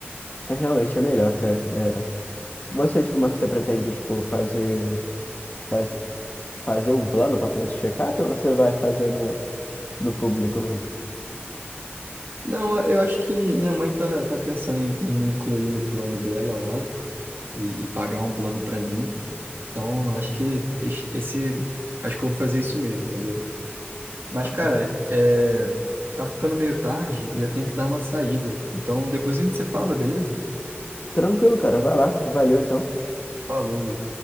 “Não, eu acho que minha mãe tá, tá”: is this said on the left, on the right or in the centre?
Right